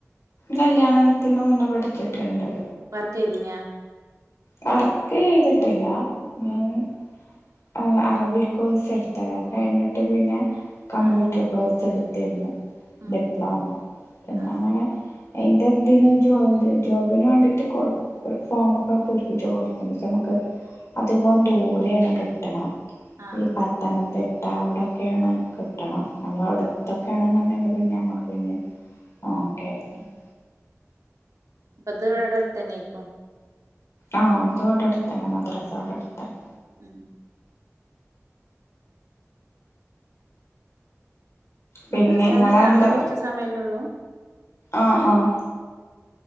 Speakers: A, on the left; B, on the right.
A: കല്യാണത്തിന് മുന്നേ പഠിച്ചിട്ടുണ്ട്
B: വർക്ക് ചെയ്തീനാ
A: വർക്ക് ചെയ്തിട്ടില്ല ഉ
B: ഉം
A: അറബിക് കോഴ്സ് എടുത്ത കഴിഞ്ഞിട്ട് പിന്നെ കമ്പ്യൂട്ടർ
B: ആഹ്
A: കോഴ്സ് എടുത്തിരുന്നു
B: ഉം
A: ഡിപ്ലോമ
B: ഉം
A: എന്ന
B: ആഹ്
A: അങ്ങനെ അതിന്റെതി ജോബിന് വേണ്ടിട്ട് ഫോമ ഒക്കെ പോരി ക്ക നമക്ക് അതികം ദൂരെയാണ് കിട്ടണം
B: ആഹ് ആഹ്
A: പ തത്തനംതിട്ട അവിടെയൊക്കെയാണ് കിട്ടണം നമ്മള അവിടുത്തൊക്കെയ
B: ഉം
A: ആണെന്നുണ്ടെങ്കിൽ പിന്നെ നമുക്ക് പിന്നെ
B: ഉം
A: ഓക്കെ <unintelligible>
B: ഇപ്പത് ഇവെടെ അട്ത്തന്നേക്കും
A: ആഹ് അത് ഇവടെ അട്ത്തന്നെ മദ്രാസ ഇവടെ അട്ത്തന്നെ
B: ഉം
A: പിന്നെ
B: മദ്രസാർഞ്ഞാൽ
A: നിങ്ങളെന്താ
B: രാവിലെ കൊറച്ച് സമയമല്ലേള്ളു
A: ആഹ് ആഹ്